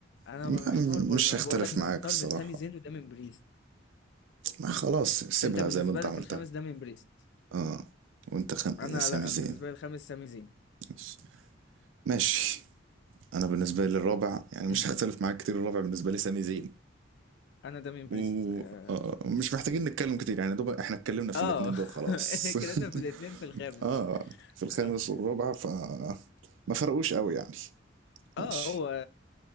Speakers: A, on the left (about 60°); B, on the right (about 70°).
A: انا
B: ما-
A: محتار برضه
B: مش
A: انا
B: هختلف
A: بقول لك انا
B: معاك
A: محتار
B: الصراحة
A: بين سامي زين ودامين بريست
B: ما خلاص سيبها
A: انت بالنسبه
B: زي ما انت
A: لك
B: عملتها
A: الخامس دامين بريست
B: اه وانت خم...
A: انا
B: سامي
A: لا
B: زين
A: انا بالنسبه لي الخامس سامي زين
B: ماشي ماشي. انا بالنسبة لي الرابع يعني مش
A: أمم.
B: هختلف معاك كتير الرابع بالنسبة لي سامي زين
A: انا دامين
B: و...
A: بريست اه
B: آه، ومش محتاجين نتكلم كتير يعني دوب احنا اتكلمنا في
A: آه.
B: الاتنين دول خلاص
A: <laughs> اتكلمنا في الاثنين في الخامس
B: <laughs> اه في الخامس
A: اه
B: والرابع ف ما فرقوش قوي يعني ماشي
A: آه، هو